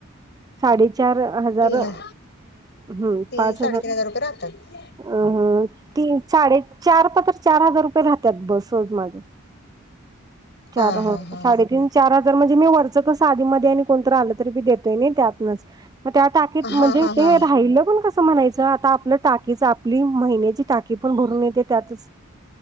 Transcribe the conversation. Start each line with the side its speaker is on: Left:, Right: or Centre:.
Right: साडे चार हजार
Left: तीन
Right: अ ह
Left: तीन
Right: पाच
Left: साडेतीन
Right: हजार
Left: रुपये राहतात
Right: अ तीन साडे चार प तर चार हजार रुपये राहतात सहज माझ
Left: हा
Right: चार
Left: हा हा
Right: साडेतीन चार हजार म्हणजे मी वर त्याच कस आधी मधी आणि कोणतं आले की बी देताय नई त्यातंनच मग त्या टाकीत म्हणजे
Left: हा हा
Right: ते
Left: हा
Right: राहील पण कस म्हणायचं आता आपलं टाकीच आपली महिन्याची टाकी पण भरून येते त्यातच